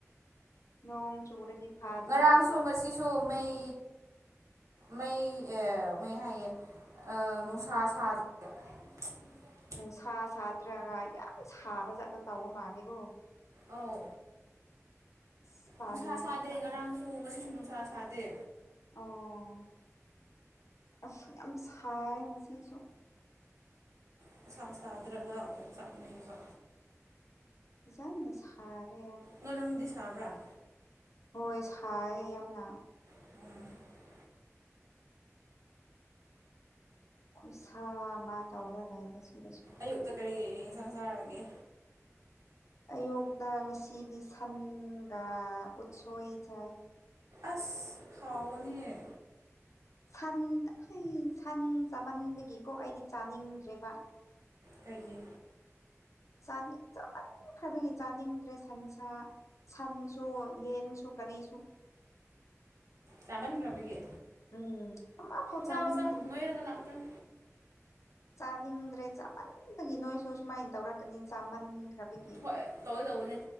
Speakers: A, on the left; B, on the right.
A: ꯅꯣꯡ ꯆꯨꯔꯗꯤ ꯐꯥꯗꯣꯏꯕ
B: ꯉꯔꯥꯡꯁꯨ ꯉꯁꯤꯁꯨ ꯃꯩ ꯃꯩ ꯑꯥ ꯃꯩ ꯍꯥꯏꯌꯦ ꯑꯥ ꯅꯨꯡꯁꯥ ꯁꯥꯗꯦ <inaudible>
A: ꯅꯨꯡꯁꯥ ꯁꯥꯠꯇ꯭ꯔꯒ ꯌꯥꯝ ꯁꯥꯕ ꯖꯥꯠꯇꯣ ꯇꯥꯎꯕ ꯃꯥꯜꯂꯦꯀꯣ
B: ꯑꯧ
A: ꯑꯁ ꯇꯥꯟꯗꯤ
B: ꯅꯨꯡꯁꯥ ꯁꯥꯗꯦ
A: ꯇꯥꯟ
B: ꯉꯔꯥꯡꯁꯨ ꯉꯁꯤꯁꯨ ꯅꯨꯡꯁꯥ ꯁꯥꯗꯦ
A: ꯑꯣ ꯑꯁ ꯌꯥꯝ ꯁꯥꯏ ꯉꯁꯤꯁꯨ
B: ꯅꯨꯡꯁꯥ ꯁꯥꯗ꯭ꯔꯒ ꯑꯣꯝꯆꯥꯛꯅꯩꯕ
A: ꯐꯖꯅ ꯁꯔꯦ ꯌꯥꯝ
B: ꯅꯣꯏꯔꯣꯝꯗꯤ ꯁꯥꯕ꯭ꯔꯥ
A: ꯍꯣꯏ ꯁꯥꯏ ꯌꯥꯝꯅ
B: ꯎꯝ
A: ꯈꯨꯁꯥ ꯑꯃꯥ ꯇꯧꯔ ꯂꯩꯕꯁꯤꯗꯁꯨ
B: ꯑꯌꯨꯛꯇ ꯀꯔꯤ ꯏꯟꯁꯥꯡ ꯆꯥꯔꯛꯒꯦ
A: ꯑꯌꯨꯛꯇ ꯉꯁꯤꯗꯤ ꯁꯟꯒ ꯎꯠꯁꯣꯏ ꯆꯥꯏ
B: ꯑꯁ ꯍꯥꯎꯕꯥꯅꯤ
A: ꯁꯟ ꯑꯩ ꯁꯟ ꯆꯥꯃꯟꯕꯒꯤꯀꯣ ꯑꯩꯗꯤ ꯆꯥꯅꯤꯡꯗ꯭ꯔꯦꯕ
B: ꯀꯩꯒꯤ
A: ꯆꯥꯅꯤꯡ ꯆꯃꯟꯈ꯭ꯔꯕꯒꯤ ꯆꯥꯅꯤꯡꯗ꯭ꯔꯦ ꯁꯟꯁꯥ ꯁꯟꯁꯨ ꯌꯦꯟꯁꯨ ꯀꯔꯤꯁꯨ
B: ꯆꯥꯃꯟꯈ꯭ꯔꯕꯒꯤ
A: ꯎꯝ ꯑꯃꯐꯥꯎ
B: ꯆꯥꯎ
A: ꯆꯥꯅꯤꯡꯗ꯭ꯔꯦ
B: ꯆꯥꯎ ꯅꯣꯏꯔꯒ ꯂꯥꯛꯀꯗꯪ
A: ꯆꯥꯅꯤꯡꯗ꯭ꯔꯦ ꯆꯥꯃꯟꯕꯒꯤ ꯅꯣꯏꯁꯨ ꯁꯨꯃꯥꯏꯅ ꯇꯧꯔꯛꯀꯅꯤ ꯆꯥꯃꯟꯈ꯭ꯔꯕꯒꯤ
B: ꯍꯣꯏ ꯇꯧꯗꯤ ꯇꯧꯕꯅꯦ